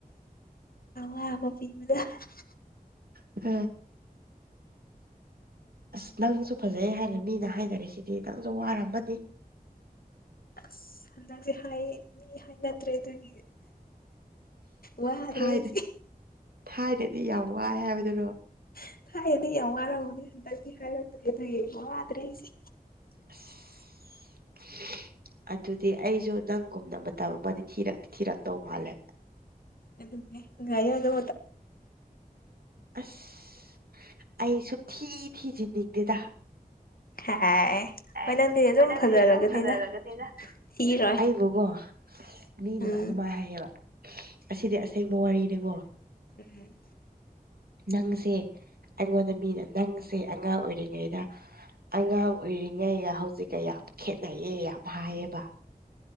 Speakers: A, on the left; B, on the right.
A: <unintelligible>
B: <unintelligible> ꯑꯁ ꯅꯪꯁꯨ ꯐꯖꯩ ꯍꯥꯏꯅ ꯃꯤꯅ ꯍꯥꯏꯅꯔꯦ ꯁꯤꯗꯤ ꯅꯪꯁꯨ ꯋꯥꯔꯝꯃꯅꯤ
A: ꯑꯁ ꯍꯟꯗꯛꯁꯦ ꯍꯥꯏ ꯃꯤ ꯍꯥꯏꯅꯗ꯭ꯔꯦ ꯑꯗꯨꯒꯤ ꯋꯥꯗ꯭ꯔꯦ
B: ꯊꯥꯏꯅ
A: ꯑꯩꯁꯦ
B: ꯊꯥꯏꯅꯗꯤ ꯌꯥꯝ ꯋꯥꯏ ꯍꯥꯏꯕꯗꯨꯅꯣ
A: <inaudible> ꯗꯛꯇꯤ ꯍꯥꯏꯔꯛꯇ꯭ꯔꯦ ꯑꯗꯨꯡ ꯋꯥꯗ꯭ꯔꯦ ꯑꯩꯁꯦ
B: ꯑꯁ ꯑꯗꯨꯗꯤ ꯑꯩꯁꯨ ꯅꯪꯒꯨꯝꯅ ꯃꯇꯝ ꯑꯃꯗꯤ ꯊꯤꯔꯛꯇꯤ ꯊꯤꯔꯛꯇꯧ ꯃꯥꯜꯂꯦ
A: ꯑꯗꯨꯃꯦ ꯉꯥꯏ ꯌꯥ ꯑꯗꯨ
B: ꯑꯁ ꯑꯩ ꯁꯨꯝꯊꯤ ꯊꯤꯖꯤꯟꯅꯤꯡꯗꯦꯗ
A: ꯍꯥꯏ
B: ꯑꯦ
A: ꯅꯪꯗꯤ ꯑꯗꯨꯝ
B: ꯍꯣꯏ ꯅꯪꯗꯤ
A: ꯐꯖꯔꯒꯅꯤꯗ
B: ꯑꯗꯨꯝ ꯐꯖꯔꯒꯅꯤꯅ
A: ꯊꯤꯔꯣꯏ
B: ꯑꯩꯕꯨꯀꯣ ꯃꯤꯅ
A: ꯎꯝ
B: ꯑꯗꯨꯃꯥꯏꯅ ꯍꯥꯏꯌꯦꯕ ꯑꯁꯤꯗꯤ ꯑꯁꯦꯡꯕ ꯋꯥꯔꯤꯅꯤꯀꯣ
A: ꯎꯝ
B: ꯅꯪꯁꯦ ꯑꯩꯉꯣꯟꯗ ꯃꯤꯅ ꯅꯪꯁꯦ ꯑꯉꯥꯡ ꯑꯣꯏꯔꯤꯉꯩꯗ ꯑꯉꯥꯡ ꯑꯣꯏꯔꯤꯉꯩꯒ ꯍꯧꯖꯤꯛꯀ ꯌꯥꯝ ꯈꯦꯠꯅꯩꯌꯦ ꯌꯥꯝ ꯍꯥꯏꯌꯦꯕ